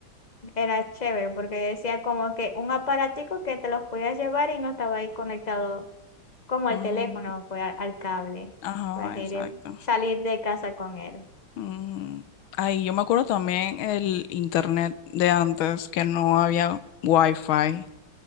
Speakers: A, on the left; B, on the left.
A: era chévere porque decía como que un aparatico que te los podías llevar y no estaba ahí conectado como
B: Mm,
A: al teléfono, fue al, al cable,
B: ajá,
A: para ir-
B: exacto.
A: salir de casa con él.
B: Mm. Ay, yo me acuerdo también el internet de antes, que no había wifi.